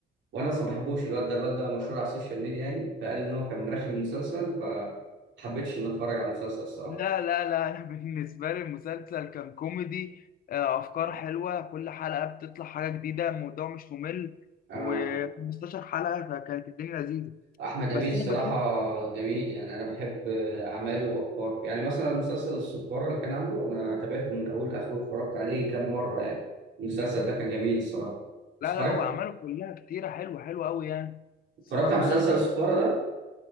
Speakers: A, on the right; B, on the left.
A: وانا اصلا ما بحبوش الواد ده الواد ده مشهور على السوشيال ميديا يعني فقال ان هو كان مرخم المسلسل فما حبيتش ان اتفرج على المسلسل الصراحه
B: لا لا لا أنا <laughs> بالنسبة لي المسلسل كان كوميدي آه، أفكار حلوة كل حلقة بتطلع حاجة جديدة الموضوع مش ممل
A: آه،
B: و15 حلقة فكانت الدنيا لذيذة
A: احمد
B: بس
A: امين الصراحه
B: انا بشوف
A: جميل يعني انا بحب آه، اعماله وافكاره يعني مثلا مسلسل الصفاره اللي كان عامله انا تابعته من اوله لاخره واتفرجت عليه كام مره يعني المسلسل ده كان جميل الصراحه
B: لا
A: اتفرجت
B: لا هو اعماله كلها كتيره حلوه حلوه قوي يعني
A: اتفرجت
B: الصراحه
A: على مسلسل
B: يعني
A: الصفاره